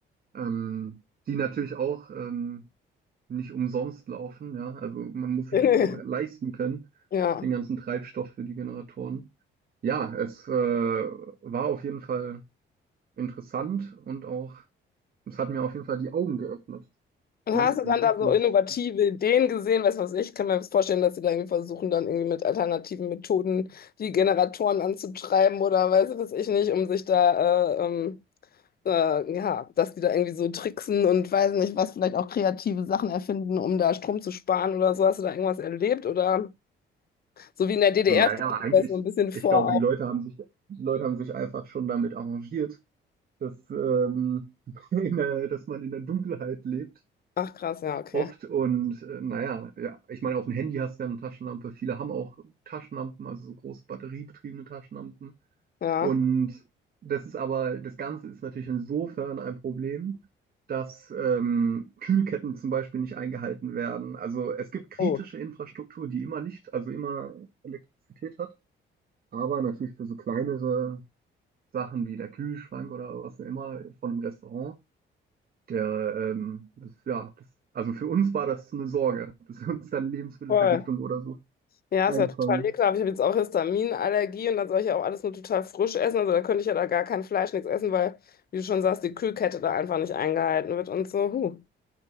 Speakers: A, on the right (about 50°); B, on the left (about 50°).
A: ähm, die natürlich auch ähm, nicht umsonst laufen, ja. Also man muss sich
B: <laughs>
A: das auch leisten können,
B: Ja.
A: den ganzen Treibstoff für die Generatoren. Ja, es äh, war auf jeden Fall interessant und auch, es hat mir auf jeden Fall die Augen geöffnet,
B: Und
A: ne?
B: Hast du
A: Wie
B: dann
A: gut
B: da so
A: das
B: innovative Ideen gesehen? Weißt du was ich? Ich kann mir vorstellen, dass sie da irgendwie versuchen, dann irgendwie mit alternativen Methoden die Generatoren anzutreiben oder weiß du was ich nicht, um sich da, äh, ähm, äh, ja, dass die da irgendwie so tricksen und weiß nicht, was vielleicht auch kreative Sachen erfinden, um da Strom zu sparen oder so. Hast du da irgendwas erlebt? Oder so wie in der DDR
A: Naja,
B: stelle ich
A: eigentlich,
B: mir das so ein bisschen vor,
A: ich glaube,
B: auch.
A: die Leute haben sich, die Leute haben sich einfach schon damit arrangiert, dass, ähm, <laughs> in der, dass man in der Dunkelheit lebt.
B: Ach krass, ja, okay.
A: Oft und äh, naja, ja, ich meine, auf dem Handy hast du ja eine Taschenlampe. Viele haben auch Taschenlampen, also so große batteriebetriebene Taschenlampen.
B: Ja.
A: Und das ist aber, das Ganze ist natürlich insofern ein Problem, dass ähm, Kühlketten zum Beispiel nicht eingehalten werden. Also es gibt kritische
B: Oh,
A: Infrastruktur, die immer Licht, also immer Elektrizität hat, aber natürlich für so kleinere Sachen wie der Kühlschrank oder was auch immer von einem Restaurant, der, ähm, das, ja, das, also für uns war das eine Sorge, dass wir uns dann Lebensmittelvergiftung
B: voll.
A: oder so
B: Ja,
A: einfangen.
B: ist ja total ekelhaft. Ich habe jetzt auch Histaminallergie und dann soll ich ja auch alles nur total frisch essen. Also da könnte ich ja da gar kein Fleisch, nichts essen, weil, wie du schon sagst, die Kühlkette da einfach nicht eingehalten wird und so. Huh.